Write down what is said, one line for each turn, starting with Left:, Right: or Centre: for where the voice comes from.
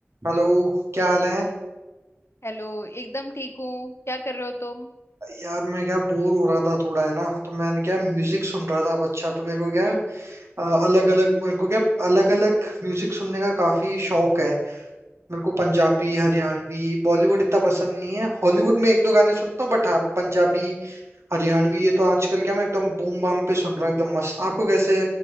Right: हेलो क्या हाल है
Left: हेलो एकदम ठीक हूँ क्या कर रहे हो तुम
Right: यार मैं क्या बोर हो रहा था थोड़ा है ना तो मैंने क्या म्यूजिक सुन रहा था अब अच्छा तो मेरे को क्या अलग अलग मेरे को क्या अलग अलग म्यूजिक सुनने का काफी शौक है मेरे को पंजाबी
Left: हम्म
Right: हरियाणवी बॉलीवुड इतना पसंद नहीं है हॉलीवुड में एक दो गाने सुनता हूँ बट हाँ पंजाबी हरियाणवी ये तो आजकल क्या मैं एकदम बूम बाम पे सुन रहा हूँ एकदम मस्त आपको कैसे